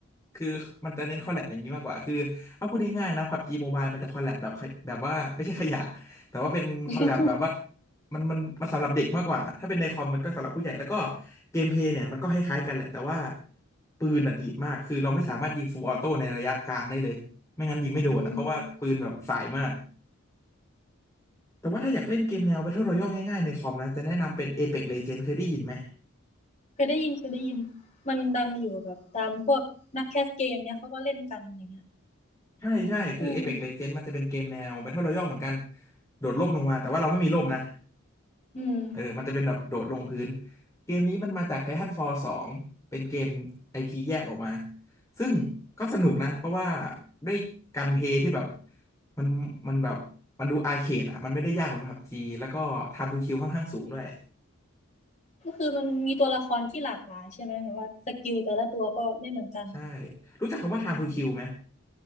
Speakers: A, on the left (about 15°); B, on the left (about 35°).
A: คือมันจะเน้นคอลแลบอย่างนี้มากกว่าคือเอาพูดง่ายๆนะพับจีโมบายมันจะคอลแลบแบบขยแบบว่าไม่ใช่ขยะแต่ว่าเป็นคอลแลบแบบว่า
B: <laughs>
A: มันมันมันสำหรับเด็กมากกว่าถ้าเป็นในคอมมันก็สำหรับผู้ใหญ่แล้วก็เกมเพลย์เนี่ยมันก็คล้ายๆกันแหละแต่ว่าปืนอ่ะดีดมากคือเราไม่สามารถยิงฟูลออโต้ในระยะกลางได้เลยไม่งั้นยิงไม่โดนอะเพราะว่าปืนแบบสายมาก
B: อืม
A: แต่ว่าถ้าอยากเล่นเกมแนว Battle Royale ง่ายๆในคอมนะจะแนะนำเป็น Apex Legends เคยได้ยินไหม
B: เคยได้ยินเคยได้ยินมันดังอยู่แบบตามพวกนักแคสเกมเนี้ยเขาก็เล่นกันอย่างเงี้ย
A: ใช่ใช่คือ
B: อืม
A: Apex Legends มันจะเป็นเกมแนว Battle Royale เหมือนกันโดดร่มลงมาแต่ว่าเราไม่มีร่มนะ
B: อืม
A: เออมันจะเป็นแบบโดดลงพื้นเกมนี้มันมาจาก Titanfall 2เป็นเกม IP แยกออกมาซึ่งก็สนุกนะเพราะว่าด้วยการเพลย์ที่แบบมันมันแบบมันดูอาร์เคดอ่ะมันไม่ได้ยากเหมือนพับจีแล้วก็ Time to Kill ค่อนข้างสูงด้วย
B: ก็คือมันมีตัวละครที่หลากหลายใช่ไหมแบบว่าสกิลแต่ละตัวก็ไม่เหมือนกัน
A: ใช่รู้จักคำว่า Time
B: อืม
A: to Kill ไหม